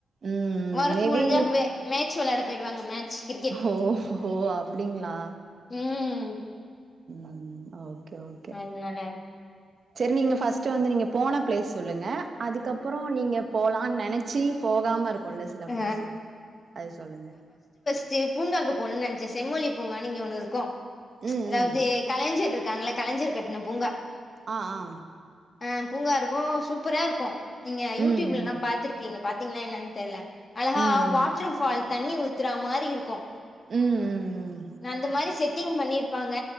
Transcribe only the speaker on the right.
ம்
மேபி
ஓ ஓ அப்டிங்களா
உம் ஓக்கே ஓக்கே
சரி நீங்க ஃபர்ஸ்ட்டு வந்து நீங்க போன ப்ளேஸ் சொல்லுங்க அதுக்கப்றோ நீங்க போலானு நெனச்சி போகாம இருக் கொள்ள சில
பிளேஸு அது சொல்லுங்க
ம்
ம்
ஆ ஆ
ம் ம்
ம்
ம் ம் ம் ம்